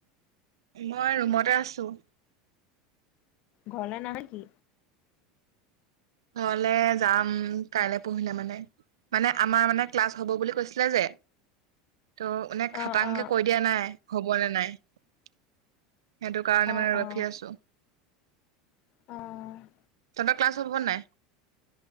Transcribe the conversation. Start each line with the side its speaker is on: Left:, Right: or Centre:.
Right: মই ৰুমতে আছো।
Left: ঘৰলে নাহ নেকি?
Right: ঘৰলে যাম কাইলে পৰহিলে মানে, মানে আমাৰ মানে ক্লাছ হ'ব বুলি কৈছিলে যে ত' এনে খাটাংকে
Left: অ অ
Right: কৈ দিয়া নাই। হ'বনে নাই। সেইটো কাৰণে
Left: অ
Right: মানে
Left: অ
Right: ৰখি আছো।
Left: অ'।
Right: তহঁতৰ ক্লাছ হ'ব নাই।